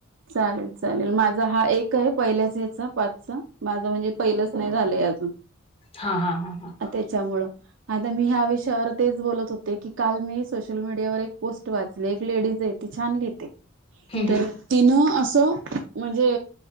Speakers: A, on the right; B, on the left.
A: चालेल चालेल माझा हा एक आहे पहिल्याच ह्याचा पाचचा माझं म्हणजे पहिलंच नाही झालंय <unintelligible>
B: हा हा हा हा
A: त्याच्यामुळं आता मी ह्या विषयावर तेच बोलत होते की काल मी सोशल मीडियावर एक पोस्ट वाचली एक लेडीज आहे ती छानली
B: हम्म
A: तर
B: हम्म
A: न असं म्हणजे